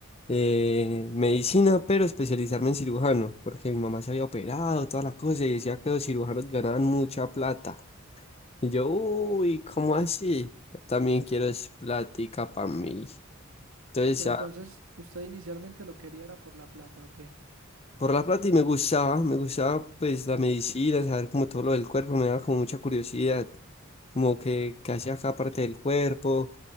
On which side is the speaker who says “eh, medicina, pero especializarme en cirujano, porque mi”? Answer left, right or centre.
Left